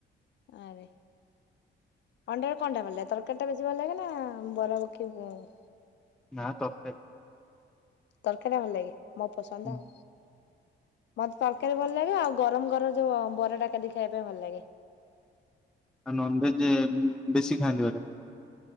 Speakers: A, on the left; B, in the centre.
A: ଆରେ ଅଣ୍ଡାରେ କଣ ଭଲଲାଗେ ତରକାରୀ ବେ <unintelligible>
B: ନାଁ ତକାରୀ।
A: ତରକାରୀ ଟା ଭଲ ଲାଗେ, ମୋ ପସନ୍ଦ
B: ହୁଁ।
A: ଆଉ। ମତେ ତରକାରୀ ଭଲ ଲାଗେ ଆଉ ଗରମ ଗରମ ଯୋଉ ବରାଟା ଖାଲି ଖାଇବା ପାଇଁ ଭଲ ଲାଗେ।
B: ଆଉ ନନଭେଜ ବେ-ବେଶୀ ଖାଆନ୍ତି ମ୍ୟାଡାମ।